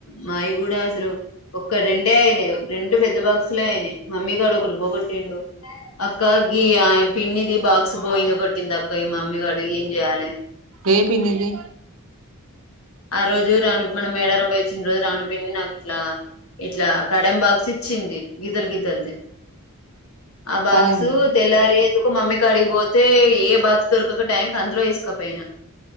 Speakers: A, on the left; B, on the right.
A: మాయి కూడా అసలు ఒక్క రెండే అయినయి. రెండు పెద్ద బాక్సులే అయినాయి. మమ్మీగాడు ఒకటి పోగొట్టిండు. అక్కా గీ ఆ పిన్నిది బాక్సు పోయా కొట్టింది అక్క ఈ మమ్మీగాడు. ఏం చెయ్యాలే?
B: ఏ పిన్నిది
A: ఆ రోజు రాణి మనం మేడారం పోయి వచ్చిన్ రోజు రాణి పిన్ని నాకు అట్లా ఇట్లా కడం బాక్స్ ఇచ్చింది గీతల్ గీతల్ది ఆ బాక్సు
B: కడేమ్మ
A: తెల్లారి ఎందు కు మమ్మీకాడికి పోతే ఏ బాక్స్ దొరకక టైంకు అందులో ఎసుకపోయినా